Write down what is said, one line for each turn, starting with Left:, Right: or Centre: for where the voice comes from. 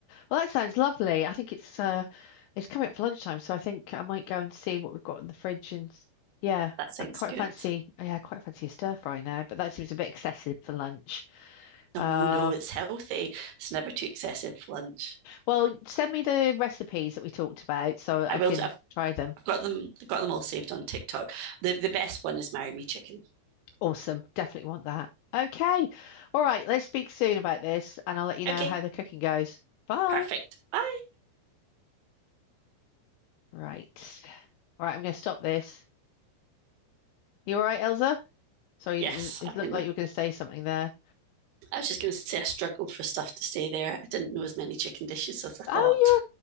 Left: Well, that sounds lovely. I think it's uh it's coming up for lunchtime, so I think I might go and see what we've got in the fridge and s- yeah,
Right: That sounds
Left: I quite
Right: good.
Left: fancy yeah, I quite fancy a stir fry now, but that seems a bit excessive for lunch.
Right: No,
Left: Um,
Right: no, it's healthy. It's never too excessive for lunch.
Left: well, send me the recipes that we talked about so I
Right: I will.
Left: can
Right: do- I've,
Left: try them.
Right: I've got them. I've got them all saved on TikTok. The the best one is marry me chicken.
Left: Awesome. Definitely want that. Okay. All right, let's speak soon about this and I'll let you
Right: Okay,
Left: know how the cooking goes. Bye.
Right: perfect. Bye.
Left: Right. All right, I'm going to stop this. You all right, Elsa? Sorry,
Right: Yes,
Left: it it
Right: I'm
Left: looked
Right: gonna.
Left: like you were going to say something there.
Right: I was just going to say I struggled for stuff to stay there. I didn't know as many chicken dishes as I thought.
Left: Oh,